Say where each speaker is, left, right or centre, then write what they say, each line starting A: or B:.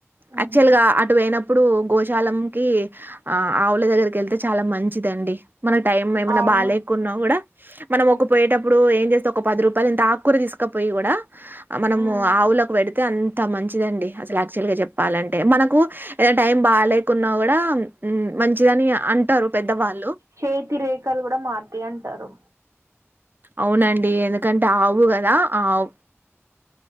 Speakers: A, on the right; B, on the right.
A: ఊహూ
B: యాక్చువల్ గా అటు పోయినప్పుడు గోశాలంకి ఆ ఆవుల దగ్గరికి వెళ్తే చాలా మంచిదండి మన టైం ఏమైన్నా
A: అవును
B: బాగాకున్నా కూడా మనం ఒక పోయేటప్పుడు ఏం చేస్తే ఒక పది రూపాయలు ఇంత ఆకూర తీసుకపోయి కూడా మనము
A: మ్మ్
B: ఆవు లో పెడితే అంత మంచిదండి అసలు యాక్చువల్ గా చెప్పాలంటే మనకు ఏదనా టైం బాగా లేకున్నా కూడా మంచిదని అంటారు పెద్దవాళ్ళు
A: చేతి రేఖలు కూడా మరూతాయి అంటారు
B: అవునండి ఎందుకంటే ఆవు కదా ఆవు